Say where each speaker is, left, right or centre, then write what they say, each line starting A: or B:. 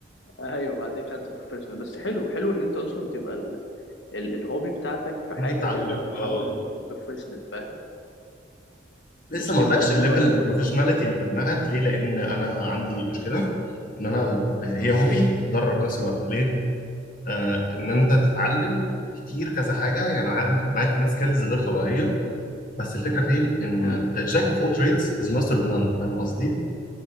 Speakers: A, on the left; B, on the left.
A: ايوه بعدين خدته بروفيشنال بس حلو حلو ان انت اصلا تبقى ال... ال- الهوبي بتاعتك في حاجة
B: ان انت تتعلم
A: تقدر تتحول
B: اه
A: لبروفيشنال فاهم
B: لسه
A: مش
B: ما
A: تبقى
B: اقولكش الليفل
A: مجرد
B: البروفيشناليتي
A: هوبي خلاص
B: اللي في دماغك ليه لان انا عندي مشكله ان انا هي
A: مم.
B: هوبي ضرر في نفس الوقت ليه آه ان انت
A: مم.
B: تتعلم كتير كذا حاجه يعني معاك معاك كمية سكيلز غير طبيعيه بس الفكره فين ان
A: مم.
B: جاك اوف اول تريدز از ماستر اوف نان فاهم قصدي